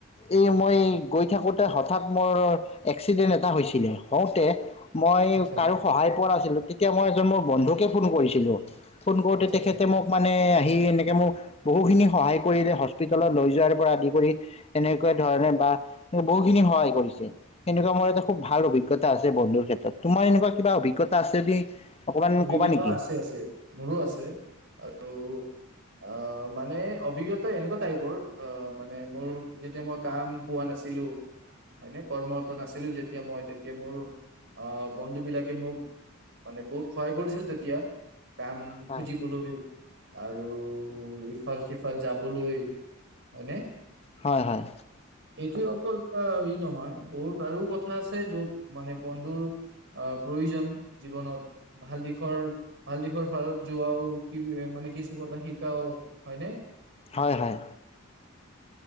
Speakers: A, on the left; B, on the right.
A: এই মই গৈ থাকোঁতে হঠাৎ মোৰ এক্সিডেণ্ট এটা হৈছিলে হওঁতে মই
B: আচ্ছা
A: কাৰো সহায় পোৱা নাছিলো তেতিয়া মই এজন মোৰ বন্ধুকে ফোন কৰিছিলো ফোন কৰোতে
B: আচ্ছা
A: তেখেতে
B: আচ্ছা
A: মোক মানে আহি এনেকে মোক বহু খিনি সহায় কৰিলে হস্পিতালত লৈ যোৱাৰ পৰা আদি কৰি এনেকুৱা ধৰণে বা বহু খিনি সহায় কৰিছে সেনেকুৱা মোৰ এটা খুব ভাল অভিজ্ঞতা অভিজ্ঞতা আছে বন্ধুৰ ক্ষেত্ৰত তোমাৰ এনেুৱা কিবা অভিজ্ঞতাছে যদি অকমান
B: অভিজ্ঞতা
A: ক'বা নেকি?
B: আছে আছে মোৰো আছে আৰু আহ মানে অভিজ্ঞতা এনেকুৱা টাইপৰ আহ মানে মোৰ যেতিয়া মই কাম পোৱা নাছিলো হয়নে কৰ্মৰত নাছিলো যেতিয়া মই তেতিয়া মোৰ আহ বন্ধু বিলাকে মোক মানে বহুত সহায় কৰিছিল তেতিয়া কাম
A: হয়।
B: খুজিবলৈও আৰু ইফাল সিফাল যাবলৈ হয়নে
A: হয় -হয়
B: এইটোৱে অকল এটা ই নহয় বহুত আৰু কথা আছে যত মানে বন্ধুৰ আহ প্ৰয়োজন জীৱনত ভাল দিশৰ- ভাল দিশৰ ফালত যোৱাও কি মানে কিছু কথা শিকাও হয়নে?
A: হয়- হয়